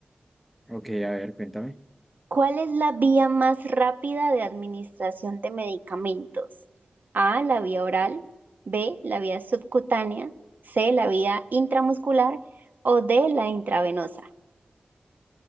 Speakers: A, in the centre; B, on the right.
A: Ok, a ver, cuéntame.
B: ¿Cuál es la vía más rápida de administración de medicamentos? A, la vía oral, B, la vía subcutánea, C, la vía intramuscular o D, la intravenosa